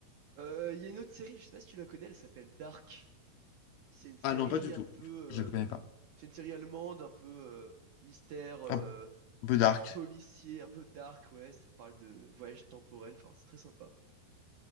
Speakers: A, on the right; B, on the left.
A: Euh, Il y a une autre série, je sais pas si tu la connais, elle s'appelle Dark. C'est une série
B: Ah non, pas du
A: un
B: tout.
A: peu,
B: Je ne connais
A: euh,
B: pas.
A: c'est une série allemande, un peu euh, mystère, euh,
B: Un peu dark.
A: policier, un peu dark, ouais. Ça parle de voyage temporel, enfin c'est très sympa.